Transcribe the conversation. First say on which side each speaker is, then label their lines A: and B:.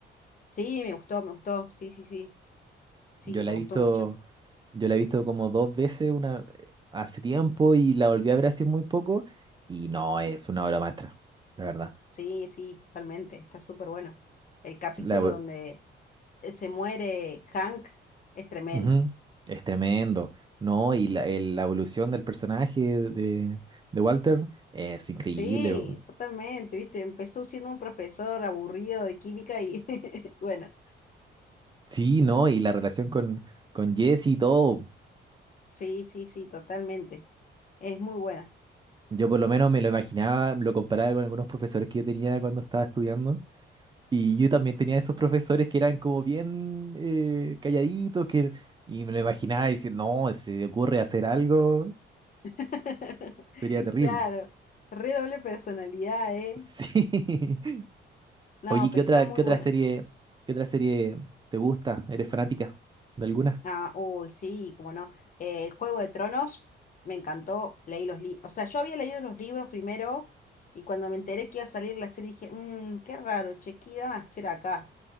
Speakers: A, on the left; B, on the right.
A: Sí, me gustó, me gustó. Sí, sí, sí. Sí,
B: Yo la
A: me gustó
B: he visto,
A: mucho.
B: yo la he visto como dos veces una, hace tiempo y la volví a ver hace muy poco. Y no, es una obra maestra, la verdad.
A: Sí, sí, totalmente. Está súper bueno. El capítulo
B: La, evo-
A: donde eh, se muere Hank es tremendo.
B: Ujú, es tremendo. No, y
A: Sí.
B: la, el- la evolución del personaje de, de Walter es increíble.
A: Sí, totalmente, ¿viste? Empezó siendo un profesor aburrido de química y <laughs> bueno,
B: Sí, no, y la relación con, con Jesse y todo.
A: sí, sí, sí, totalmente. Es muy buena.
B: Yo por lo menos me lo imaginaba, lo comparaba con algunos profesores que yo tenía cuando estaba estudiando. Y yo también tenía esos profesores que eran como bien eh, calladitos, que, y me lo imaginaba diciendo, no, si se ocurre hacer algo,
A: <laughs>
B: sería terrible.
A: Claro, re doble personalidad, ¿eh?
B: Sí. <laughs>
A: No,
B: Oye,
A: pero
B: ¿qué otra,
A: está muy
B: qué otra
A: buena.
B: serie, qué otra serie te gusta? ¿Eres fanática de alguna?
A: Ah, uy, sí, como no. Eh, Juego de Tronos, me encantó, leí los libros. O sea, yo había leído los libros primero y cuando me enteré que iba a salir la serie dije, mmm, qué raro, che, ¿qué irán a hacer acá?